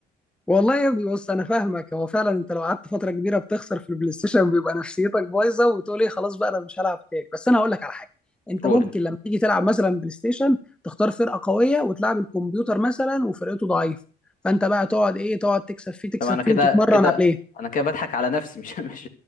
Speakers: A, in the centre; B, on the left.
A: والله يا ابني بص انا فاهمك هو فعلا انت لو قعدت فتره كبيره بتخسر في البلاي ستيشن بيبقى نفسيتك بايظه وبتقول ايه خلاص بقى انا مش هلعب تاني بس انا هقول لك على حاجه انت
B: رول
A: ممكن لما تيجي تلعب مثلا بلاي ستيشن تختار فرقه قويه وتلعب الكمبيوتر مثلا وفرقته ضعيفه فانت بقى تقعد ايه تقعد تكسب فيه تكسب
B: طب انا كده
A: فيه وتتمرن
B: كده
A: عليه
B: انا كده بضحك على نفسي مش <laughs> مش